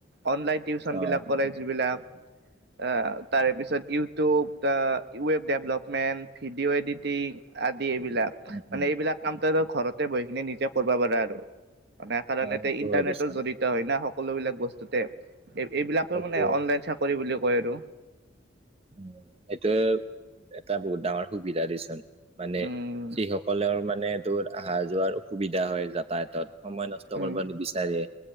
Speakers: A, on the right; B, on the right.
A: অনলাইন টিউচনবিলাক
B: অ
A: কৰে যিবিলাক, অহ, তাৰে পিছত ইউ টো ৱেব ডেভলপমেণ্ট ভিডিঅ' এডিটিং আ এইবিলাক
B: উম
A: মানে
B: উম
A: এইবিলাক কাম ত ঘৰতে বহি কিিনি নিজে কৰিব পাৰা আৰু মানে কাৰণ
B: অ সেইটো
A: ইন্টাৰনেটৰ
B: হয় দেচোন
A: জড়ত হয় না সকলোবিলাক বস্তুতে। এই এইবিলাকে
B: সেইটোয়ে
A: মানে অনলাইন চাকৰি বুলি কয় আৰু
B: উ এইটোয় এটা বহুত ডাঙৰ সুবিধা দিচোন মানে
A: উম
B: যিসকলৰ মানে তোৰ অহা যোৱাৰ অসুবিধা হয় যাতায়াতত সময় নষ্ট
A: উম
B: কৰিব নিবিচাৰে,